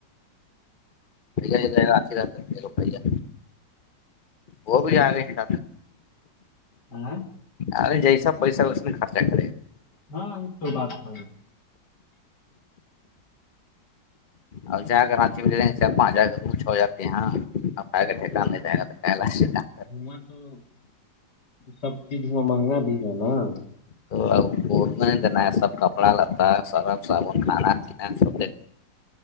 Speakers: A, on the left (about 35°); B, on the left (about 65°).
A: آ لوھیا وہ بھی آ رہے ہیں ڈ
B: ہاں
A: اے جیس پیس وس میں خاتا ک
B: ہاں یہ تو بات نہیں
A: اب جا کر راچی میں لےیں گے پانچ ہزار ر چ ہو جاتے ہیںاں ا ٹھیکان نہیں رہ گا ل گا <unintelligible>
B: وہاں تو سب چیزاں مہنگا بھی ہے نا <unintelligible>
A: تو آؤ <unintelligible> اسکول میں دین ہے سب کپڑا لتا سرف صابن کھانا پیین سب